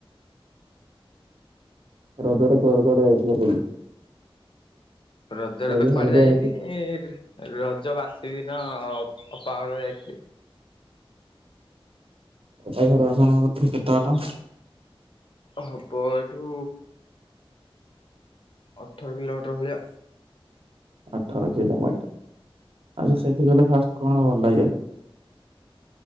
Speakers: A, on the right; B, on the left.
A: ରଜରେ କୁଆଡେ କୁଆଡେ ଯାଇଥିଲ ବୁଲି?
B: ରଜରେ
A: ଏମିତି
B: ତ କୁଆଡେ ଯାଇନି
A: ଏମିତି
B: ଏ ରଜ ବାସି ଦିନ ଅପାଘର ଯାଇଥିଲି।
A: ଅପା ଘର ଆପଣଙ୍କଠି କେତେ ବାଟ?
B: ହବ ଏଇଠୁ ଅଠର କିଲୋମିଟର ଭଳିଆ।
A: ଅଠର କିଲୋମିଟର ଆଚ୍ଛା ସେଠକି ଗଲେ ଫାଷ୍ଟ କଣ ଭଲ ଲାଗେ?